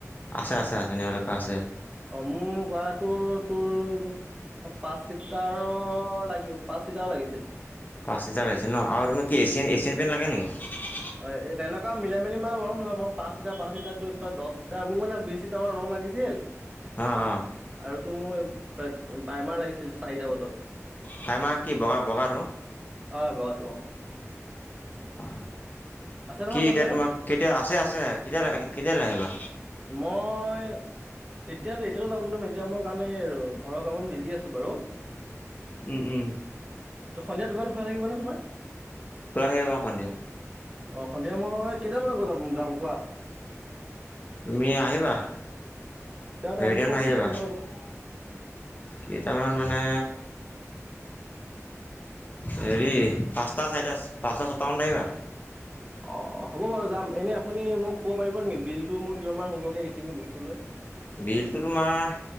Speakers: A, on the left; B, on the right.
A: আছে আছে আছে নেৰলেকৰ আছে।
B: অ মোৰ কৰাটোৰ তোৰ তোৰ উ পাঁচ চিটাৰ লাগিব পাঁচ চিটাৰ লাগিছিল।
A: পাঁচ লিটাৰ লাগিছিল ন আৰু মোক কি এছিয় এছিয়ান পেণ্ট লাগে নেকি?
B: হয় এনেকুৱা মিলাই মেলি মান লম ধয় মই পাঁচ লিটাৰ পাঁচ লিাৰটো এই দশ লিটাৰ মোক মানে বিশ লিটাৰৰ ৰং। লাগিছিল।
A: অ' অ'।
B: আৰুতো মোৰ পাইমাৰ লাগিছিল চাৰিটা বটল।
A: প্ৰাইমাৰ কি বগা বগাটো?
B: অ বগাটো।
A: অ
B: আছে নহয়
A: কি
B: আপোনাৰ
A: এতিয়া
B: দোকানত
A: তোমাক কেতিয়া আছে আছে কেতিয়ালে কেতিয়ালৈ আহিবা?
B: মই। এতিয়াত এতিয়ো যাব নোৱাৰম এতিয়া মোৰ কাৰণে ঘৰ অমমান বিজি আছো বাৰু।
A: উম উম।
B: ত সন্ধিয়া দোকান খোলা থাকিব নে তোমাৰ?
A: তই আহিব ক খন দিয়া।
B: অ সন্ধিয়া মই কেইটামান বজ যাম যাম কোৱা?
A: তুমি আহিবা?
B: তেওঁৰ টাইমটো
A: দেৰি কে
B: কওকচোন
A: নাহিবা
B: কিমান টাইমত যাম
A: কেইটামানত মানে হেৰি পাঁচটা চাৰিটা পাঁচটা ছটা মানত আহিবা।
B: অ হ'ব বাৰু যাম এনে আপুনি মোক ক'ব পাৰিব নেকি বিলটো মোৰ কিমানান হ'বগৈ এইখিনি বস্তু লৈ
A: বিলটো তোমাৰ